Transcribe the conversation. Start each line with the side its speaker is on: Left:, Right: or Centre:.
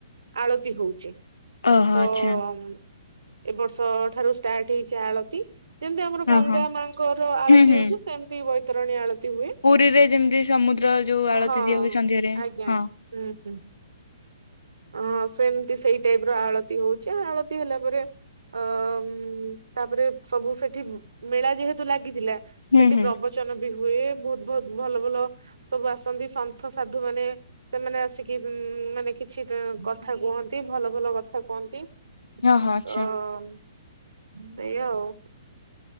Right: ଆଳତି ହଉଚି।
Left: ଓହୋ
Right: ତ-ଅ-ଅ
Left: ଆଚ୍ଛା
Right: ଏ ବର୍ଷ ଠାରୁ ଷ୍ଟାର୍ଟ ହେଇଛି ଆଳତି। ଯେମିତି ଆମର ଗଙ୍ଗା
Left: ଓହୋ
Right: ମାଙ୍କର ଆଳତି
Left: ହୁଁ ହୁଁ
Right: ହଉଛି ସେମିତି ବୈତରଣୀ ଆଳତି। ହୁଏ
Left: ପୁରୀରେ ଯେମିତି ସମୁଦ୍ର ଯୋଉ ଆଳତି
Right: ହଁ
Left: ଦିଆ ହୁଏ ସନ୍ଧ୍ୟାରେ
Right: ଆଜ୍ଞା
Left: ହଁ
Right: ହୁଁ ହୁଁ। <inaudible> ହଁ ସେମିତି ସେଇ ଟାଇପ ର ଆଳତି ହଉଛି ଆଳତି ହେଲା ପରେ ଅ-ଅ-ଅ-ମ୍-ମ୍ ତାପରେ ସବୁ ସେଠି ମେଳା ଯେହେତୁ ଲାଗିଥିଲା
Left: ହୁଁ
Right: ସେଠି
Left: ହୁଁ
Right: ପ୍ରବଚନ ବି ହୁଏ ବହୁତ ବହୁତ ଭଲ ଭଲ ସବୁ ଆସନ୍ତି ସନ୍ଥ ସାଧୁ ମାନେ। ସେମାନେ ଆସିକି ହଁ ମାନେ କି କିଛି ଅ କଥା କୁହନ୍ତି ଭଲ ଭଲ କଥା କୁହନ୍ତି।
Left: ଓହୋ ଆଚ୍ଛା
Right: ତ-ଅ-ଅ ସେଇଆ ଆଉ।